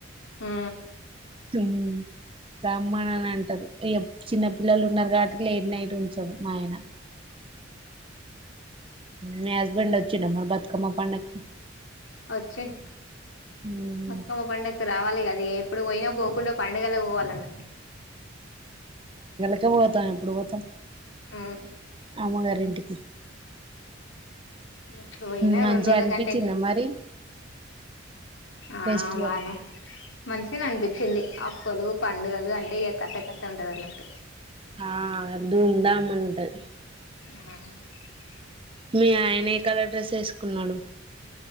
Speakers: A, on the left; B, on the right.
A: ఆ
B: హ బ్రాహ్మణ అంటారు చిన్నప్పు ఉన్నారు కాబట్టి లేదు నైట్ ఉంచదు మా ఆయన మ హస్బెండ్ వచ్చి నబ బ అకమ పండకి
A: వచ్చిండ్
B: ఉమ్
A: బతుకమ్మ పండుగకు రావాలి కద ఏ ఇప్పుడు పోయినా పోకుండా పండడుగలా పోవాలగ
B: ఇప్పుడే పోతాం ఎప్పుడు పోతాం
A: అవును
B: అమ్మగారిన్ అటిక
A: ఎప్పుడు పోయినా
B: మంచిగ
A: రెండు రోజుల
B: అనిపించిందా
A: కంటే
B: మరి
A: ఆ
B: ఫెస్టివల్
A: బానే మంచిగనె అనిపి వచ్చింది అప్పులు పండుగలు అంటె ఎ కత్త ఎ కత్త ఉంటది అన్నట్టు
B: హా ధూమ్ దామ్ ఉంటది
A: ఆ
B: మీ ఆయన ఏ కలర్ డ్రెస్ ఏసుకున్నాడు